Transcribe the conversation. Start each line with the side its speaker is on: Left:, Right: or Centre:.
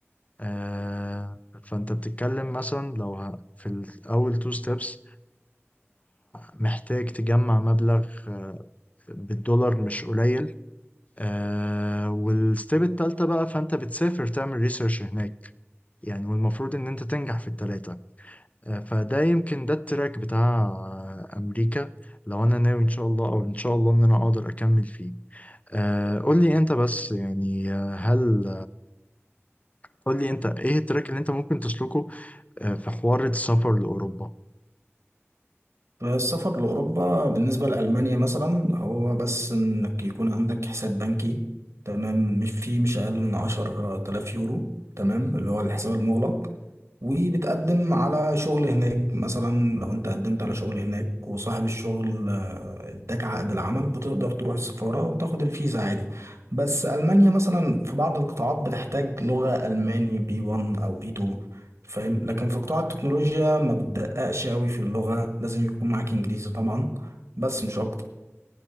Left: آه، فأنت بتتكلم مثلا لو ه- في الأول تو ستيبس محتاج تجمع مبلغ آه، بالدولار مش قليل آه والستيب التالتة بقى فأنت بتسافر تعمل ريسيرش هناك يعني والمفروض إن أنت تنجح في التلاتة آه فده يمكن ده التراك بتاع آه أمريكا لو أنا ناوي إن شاء الله أو إن شاء الله إن أنا أقدر أكمل فيه آه قول لي أنت بس يعني آه، هل قول لي أنت إيه التراك اللي أنت ممكن تسلكه آه في حوار السفر لأوروبا؟
Right: السفر لأوروبا بالنسبة لألمانيا مثلا هو بس إنك يكون عندك حساب بنكي تمام مش فيه مش أقل من عشر تلاف يورو تمام اللي هو الحساب المغلق وبتقدم على شغل هناك مثلا لو أنت قدمت على شغل هناك وصاحب الشغل آه، اداك عقد العمل بتقدر تروح السفارة وتاخد الفيزا عادي بس ألمانيا مثلا في بعض القطاعات بتحتاج لغة ألماني بي 1 أو بي 2 فاهم لكن في قطاع التكنولوجيا ما بتدققش قوي في اللغة لازم يكون معاك انجليزي طبعا بس مش اكتر